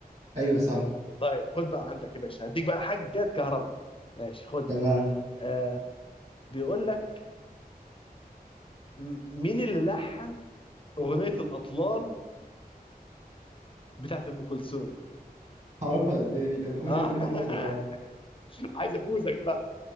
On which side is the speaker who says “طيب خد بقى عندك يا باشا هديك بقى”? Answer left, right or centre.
Left